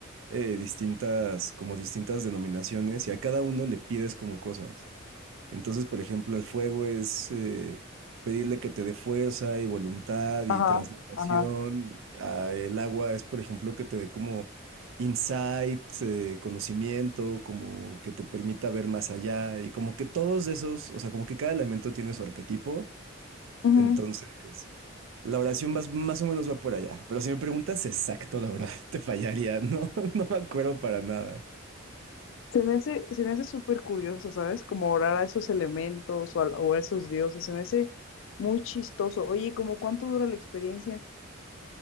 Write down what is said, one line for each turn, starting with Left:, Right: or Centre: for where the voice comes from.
Right: eh, distintas, como distintas denominaciones y a cada uno le pides como cosas. Entonces, por ejemplo, el fuego es eh, pedirle que te dé fuerza y voluntad y
Left: ajá,
Right: transmutación.
Left: ajá.
Right: Ah, el agua es, por ejemplo, que te dé como insight, eh, conocimiento, como que te permita ver más allá y como que todos esos, o sea, como que cada elemento tiene su arquetipo.
Left: ujú.
Right: Entonces, la oración más, más o menos va por allá. Pero si me preguntas exacto, la verdad, <laughs> te fallaría. No, <laughs> no me acuerdo para nada.
Left: Se me hace, se me hace súper curioso, ¿sabes? Como orar a esos elementos o a, o a esos dioses. Se me hace muy chistoso. Oye, ¿cómo cuánto dura la experiencia?